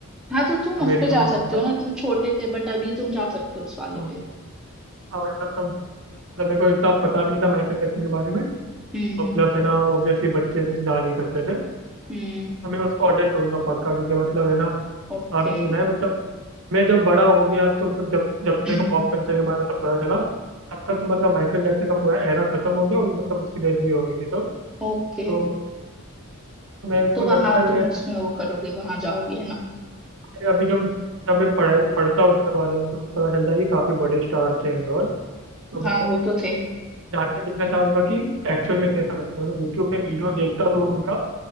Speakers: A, in the centre; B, on the right (about 65°).
A: हाँ तो तुम
B: अमेरिका
A: उस पे जा
B: में
A: सकते
B: हुआ था
A: हो ना तुम छोटे थे बट अभी तुम जा सकते हो उस वाले
B: तो
A: पे
B: हाँ मतलब तब मतलब मेरे को इतना पता भी नहीं था माइकल जैक्सन के बारे में
A: हम्म
B: और
A: हम्म
B: प्लस है ना ऑब्वियसली बच्चे थे तो जा नहीं सकते थे
A: हम्म
B: तो मैं उसको अटेंड करूँगा पक्का क्योंकि मतलब है ना
A: ओके
B: काफ़ी सुना है मतलब मैं जब बड़ा हो गया तो मतलब जब जब
A: <clears throat>
B: मेरे को पॉप कल्चर के बारे में सब पता चला तब तक तो मतलब माइकल जैक्सन का पूरा एरा खत्म हो गया और मतलब उसकी डेथ भी हो गई थी तब
A: ओके
B: तो मेरे
A: तो
B: को
A: वहां
B: लगता है
A: तुम
B: मैं
A: उसमें वो करोगे वहां जाओगे है ना
B: मेरे अभी जब जब मैं पढ़ाई पढ़ता हूँ उनके बारे में तो मुझे पता चलता है कि काफ़ी बड़े स्टार थे एंड ऑल तो
A: हाँ
B: मतलब
A: वो तो थे
B: जाके देखना चाहूंगा कि एक्चुअल में कैसा लगता है तो यूट्यूब में वीडियो देखता तो हूँ उनका